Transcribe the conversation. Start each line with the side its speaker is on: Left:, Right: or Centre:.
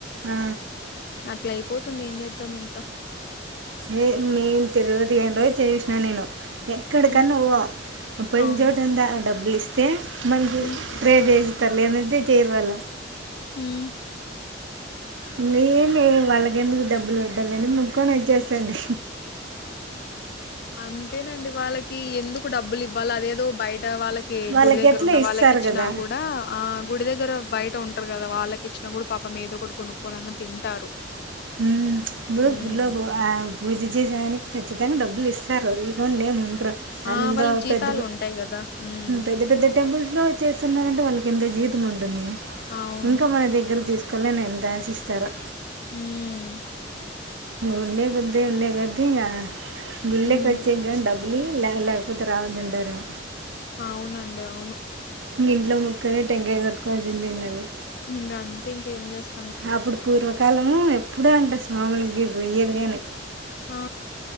Right: ఆ,
Left: అట్లా పోతుంది ఏం చేద్దాం ఇంకా
Right: ఏ నే తిరువతి పోయిన రోజు చేవిసిన నేను ఎక్కడికన్నా
Left: హ్మ్
Right: పో పొయిన
Left: అవును
Right: చోటు అంత డబ్బు బ్లిస్తే మంచికి
Left: హ్మ్
Right: <unintelligible> <unintelligible> చేయరువాల
Left: మ్మ్
Right: ఇమి వాళ్ళకి ఎందుకు డబ్బులు <unintelligible> ముకొని వచ్చేస్తాది
Left: అంతేనండి వాళ్ళకి ఎందుకు డబ్బులు ఇవ్వల అదేదో బయట వాళ్ళకి
Right: వాళ్ళకి
Left: గుడి దగ్గర
Right: ఎట్లా
Left: ఉన్న
Right: ఇస్తారు
Left: వాళ్ళకి ఇచ్చినా
Right: కదా
Left: కూడా ఆ గుడి దగ్గర బయట ఉంటారు కదా వాళ్ళకి ఇచ్చిన కూడా పాపం ఏదోకటి కొనుక్కోని తింటారు
Right: <unintelligible> <unintelligible>
Left: హ్మ్.
Right: ఖచ్చితంగా డబ్బులు ఇస్తారు ఇకుండా ఏం
Left: ఆ!
Right: అంత
Left: వాళ్ళకి జీతాలుంటాయి
Right: పెద్ద
Left: గదా! హ్మ్.
Right: పెద్ద పెద్ద టెంపుల్స్ లో చేస్తున్నంటే వాళ్ళకి ఎంత జీ కున్
Left: అవును.
Right: ఇంకా మన దగ్గర తీసుకు <unintelligible> ఎంత ఆశిస్తారా
Left: మ్మ్
Right: ఉండే కొద్ది ఉండే కొద్ది ఇంగ గుళ్ళోకి
Left: హ్మ్.
Right: వచ్చేక బ్బు <unintelligible> లేవలేకపోతే రావద్దు అంటారా
Left: అవునండి అవును
Right: ఇక ఇంట్లో మొక్కని టెంగాయ కొట్టుకోవలసిందే ఈ నెలా
Left: ఇగా అంత ఇంకా ఏం చేస్తి
Right: అప్పుడు పూర్వకాలం ఎప్పుడూ అంట స్వాములకి పోయేది గాని
Left: ఆ